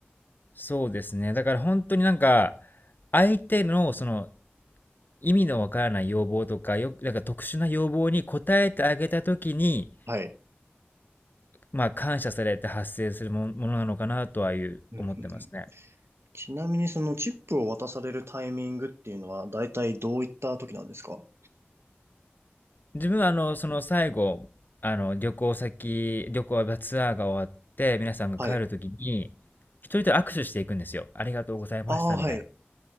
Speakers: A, on the left; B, on the right.
A: そうですね。だから本当になんか、相手のその意味のわからない要望とか、よく、なんか特殊な要望に応えてあげたときに、
B: はい。
A: まあ感謝されて発生するもものなのかなとはいう思ってますね。
B: うんうんうんちなみにそのチップを渡されるタイミングっていうのは大体どういった時なんですか
A: 自分はあの、その最後、あの、旅行先、旅行やツアーが終わって、皆さんが帰るときに、
B: はい。
A: 一人と握手していくんですよ。ありがとうございましたみたいな。
B: ああ、はい。